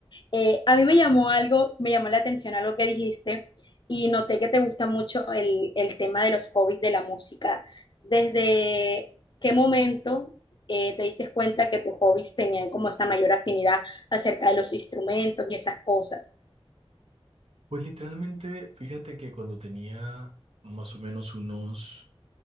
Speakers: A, on the left; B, on the right.
A: Eh, a mí me llamó algo, me llamó la atención algo que dijiste y noté que te gusta mucho el, el tema de los hobbies de la música. ¿Desde qué momento eh, te diste cuenta que tus hobbies tenían como esa mayor afinidad acerca de los instrumentos y esas cosas?
B: Pues literalmente, fíjate que cuando tenía más o menos unos